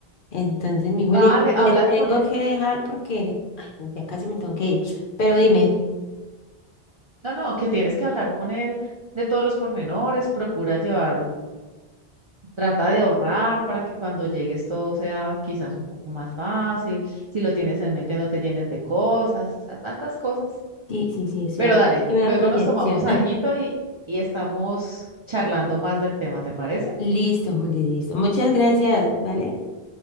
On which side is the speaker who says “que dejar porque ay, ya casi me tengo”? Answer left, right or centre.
Left